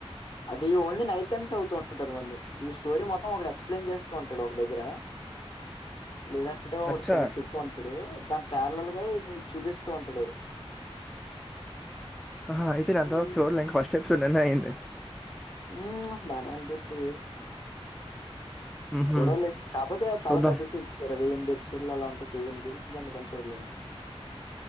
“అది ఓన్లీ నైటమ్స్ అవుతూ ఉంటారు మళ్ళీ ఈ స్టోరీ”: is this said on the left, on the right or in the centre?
Left